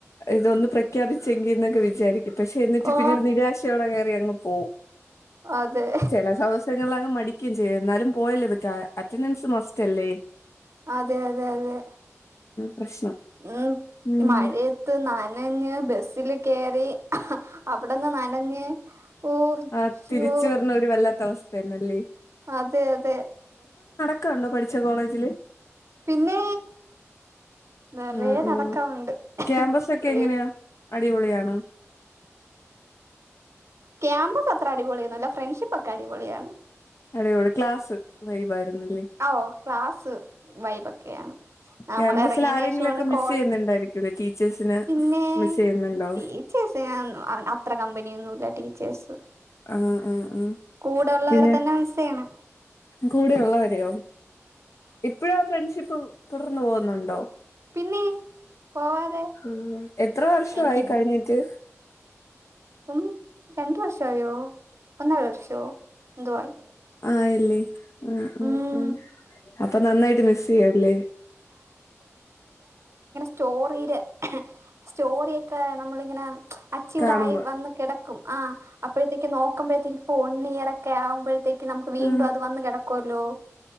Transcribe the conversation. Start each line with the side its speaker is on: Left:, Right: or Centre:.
Left: ഇതൊന്ന് പ്രഖ്യാപിച്ചെങ്കിന്നൊക്കെ വിചാരിക്കും പക്ഷെ എന്നിട്ട്
Right: ഓ
Left: പിന്നീട് നിരാശയോടെ കയറി അങ്ങ് പോവും
Right: അതെ
Left: ചെലസവസങ്ങളിലാകെ മടിക്കിം ചെയ്യും എന്നാലും പോയല്ലോ ഇവറ്റാ അറ്റൻഡൻസ് മസ്റ്റല്ലേ
Right: അതെ അതെ അതെ
Left: പ്രശ്നം
Right: ഉം
Left: ഉം
Right: ഈ മഴയ ത്ത് നനഞ്ഞ് ബസില് കേറി അവട്ന്ന് നനഞ്ഞ് ഓ
Left: ആഹ്
Right: ശോ
Left: തിരിച്ച് വർണൊര് വല്ലാത്ത അവസ്ഥയന്നല്ലെ
Right: അതെ അതെ
Left: ക്കണ്ടോ പഠിച്ച കോളേജില്
Right: പിന്നെ നിറയെ
Left: ഉം ഉം
Right: നടക്കാനുണ്ട്
Left: ക്യാമ്പസെക്കെ
Right: ഒരു
Left: എങ്ങനെയാ അടിപൊളിയാണോ
Right: ക്യാമ്പസ് അത്ര അടിപൊളിയൊന്നു അല്ല ഫ്രണ്ട്ഷിപ്പ് ഒക്കെ അടിപൊളിയാണ്
Left: അടിപൊളി ക്ലാസ് വൈബായിരുന്നല്ലേ
Right: ഓഹ് ക്ലാസ് വൈബൊക്കെയാണ്. നമ്മൾ
Left: ക്യാമ്പസിൽ
Right: എറങ്ങിയേന്
Left: ആരെങ്കിലും
Right: ശേഷമാണ്
Left: ഒക്കെ മിസ്
Right: കോളേജ്
Left: ചെയ്യുന്നുണ്ടായിരിക്കൂല്ലേ ടീച്ചേഴ്സിന്
Right: പിന്നേ
Left: മിസ് ചെയ്യുന്നുണ്ടോ
Right: ടീച്ചേഴ്സ് അത്ര കമ്പനിയൊന്നൂല്ല. ടീ ച്ചേഴ്സ്.
Left: ആ ആ ആ
Right: കൂടെള്ളവരെ
Left: പിന്നെ
Right: തന്നെ മിസ്സ് ചെയ്യണ്
Left: കൂടെ ഉള്ളവരെയോ? ഇപ്പഴും ആ ഫ്രണ്ട്ഷിപ്പ് തുടർന്ന് പോകുന്നുണ്ടോ
Right: പിന്നെ പോവാതെ
Left: ഉം. എത്ര വർഷവായി
Right: എനിക്ക്
Left: കഴിഞ്ഞിട്ട്?
Right: ഇപ്പം രണ്ട് വർഷായോ ഒന്നര വർഷോ? എന്തോ ആയി.
Left: ആയ ല്ലേ. ആഹ് ആഹ്
Right: ഉം
Left: ആഹ് അപ്പം നന്നായിട്ട് മിസ് ചെയ്യു അല്ലേ
Right: സ്റ്റോറീടെ സ്റ്റോറിയൊക്ക നമ്മളിങ്ങനെ അച്ചീവ്ട്
Left: കാണുമ്പോ
Right: ആയി വന്ന് കെടക്കും ആഹ് അപ്പഴ്ത്തേക്ക് നോക്കുമ്പഴ്ത്തേക്ക്‌ ഇപ്പൊ ഒൺ ഇയർ ഒക്കെ ആകുമ്പഴ് ത്തേക്ക് നമുക്ക് വീണ്ടും
Left: ആഹ്
Right: അത് വന്ന് കിടക്കോല്ലോ